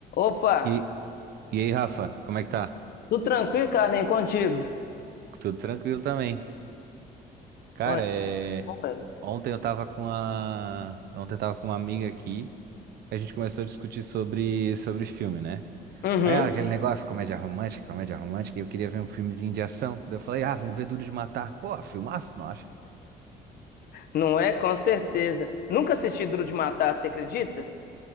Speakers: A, on the left; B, on the right.
A: Opa,
B: E, e aí, Rafa, como é que tá?
A: tudo tranquilo, Carlinhos, contigo?
B: Tudo tranquilo também. Cara,
A: Mano,
B: é...
A: bom, velho.
B: ontem eu tava com a... ontem eu tava com uma amiga aqui, a gente começou a discutir sobre, sobre filme, né?
A: Uhum.
B: Aí ela, aquele negócio, comédia romântica, comédia romântica, e eu queria ver um filmezinho de ação. Daí eu falei, ah, vamos ver Duro de Matar. Pô, filmaço, tu não acha?
A: Não é? Com certeza. Nunca assisti Duro de Matar, você acredita?